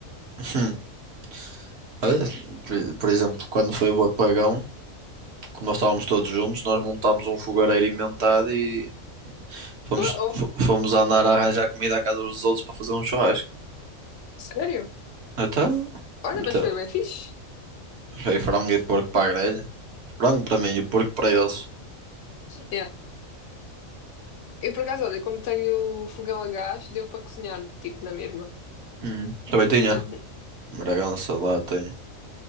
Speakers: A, on the right; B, on the left.
A: <laughs> Olha, por, por exemplo, quando foi o apagão, como nós estávamos todos juntos, nós montámos um fogareiro inventado e fomos,
B: Oh, oh,
A: fo- fomos andar a arranjar comida à casa dos outros para fazer um churrasco.
B: sério?
A: Então,
B: Olha,
A: então
B: mas foi bem fixe.
A: foi frango e porco para a grelha. Frango para mim e o porco para eles.
B: Yeah. Eu, por acaso, olha, como tenho fogão a gás, deu para cozinhar, tipo, na mesma.
A: Hum. Também tinha.
B: Portanto,
A: Bragança lá tenho.